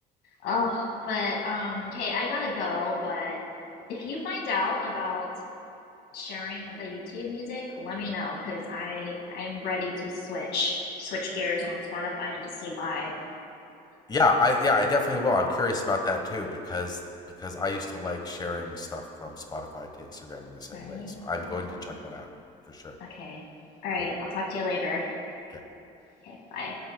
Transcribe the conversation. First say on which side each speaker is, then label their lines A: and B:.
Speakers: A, on the left; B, on the left.
A: Oh, but um okay, I gotta go, but if you find out about sharing the YouTube music, let me know because I I'm ready to switch switch gears on Spotify and just say bye,
B: Yeah, I yeah, I definitely will. I'm curious about that too because because I used to like sharing stuff from Spotify to Instagram in the same
A: right?
B: way. So I'm going
A: Yeah.
B: to check that out for sure.
A: Okay. All right.
B: Cool.
A: I'll talk to you later.
B: Okay.
A: Okay. Bye.